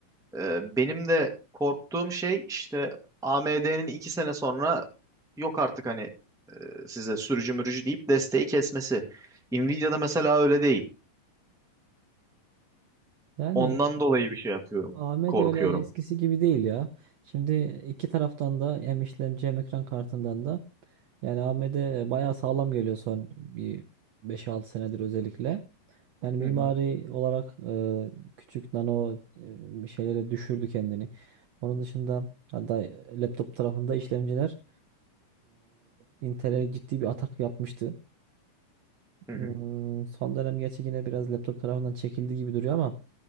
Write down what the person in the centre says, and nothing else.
Ee, benim de korktuğum şey işte AMD'nin iki sene sonra yok artık hani e, size sürücü mürücü deyip desteği kesmesi. Nvidia'da mesela öyle değil.
Ondan dolayı bir şey yapıyorum.
Korkuyorum.
Hı hı.
Hı
hı.